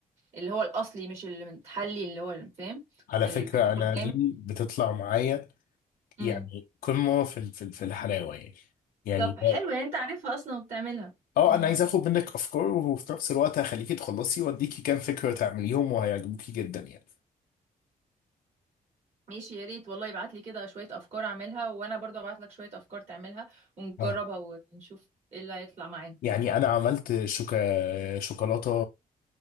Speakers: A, on the right; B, on the left.
A: اللي هو الاصلي مش المتحلي اللي هو فاهم
B: على
A: الكاكاو
B: فكرة أنا
A: الجامد
B: دي بتطلع معايا
A: امم
B: يعني قمة في ال- في ال- في الحلاوة يعني يعني
A: طب حلو يعني انت عارفها اصلا وبتعملها
B: اه
A: امم
B: أنا عايز آخد منك أفكار وفي نفس الوقت هخليكي تخلصي وأديكي كام فكرة تعمليهم وهيعجبوكي جدا يعني
A: ماشي يا ريت والله ابعت لي كده شويه افكار اعملها وانا برضو ابعت لك شويه افكار تعملها ونجربها
B: اه
A: ونشوف ايه اللي هيطلع معانا
B: يعني أنا عملت شوكا شوكولاتة